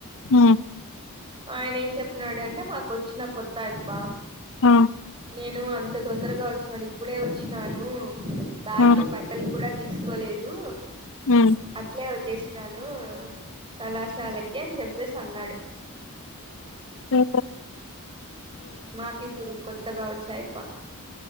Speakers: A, on the left; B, on the right.
A: అ
B: ఆయన ఏం చెప్పినాడు అంటే మాకు వచ్చిన కొత్త యాఅబ్బ
A: ఆ
B: నేను అంత తొందరగా వచ్చినాను. ఇప్పుడే వచ్చినాను బ్యాగ్
A: ఆ
B: లో బట్టలు కూడా తీసుకోలేదు
A: ఉమ్
B: అట్లే వచ్చేసి నాను కళాశాలకి అని చెప్పేసి అన్నాడు.
A: ఆ
B: మాకు ఇప్పుడు కొత్తగా వచ్చాయి పా